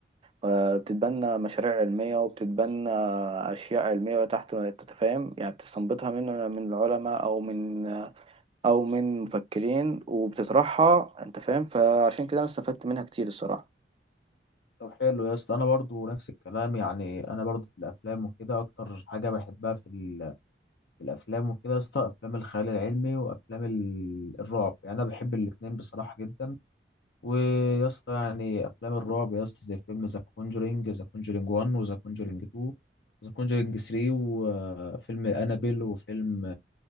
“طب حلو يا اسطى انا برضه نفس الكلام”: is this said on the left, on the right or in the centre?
Left